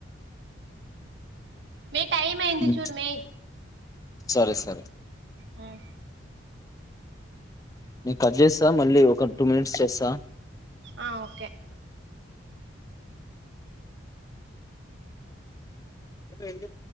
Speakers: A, on the right; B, on the left.
A: మేయ్ టైం అయింది
B: హ్మ్.
A: చూడు మే
B: సరే సరే
A: ఉమ్
B: నీక్ కట్ జేస్తా మళ్ళీ ఒక టూ మినిట్స్ చేస్తా
A: ఆహ్ ఓకే
B: వెళ్ళు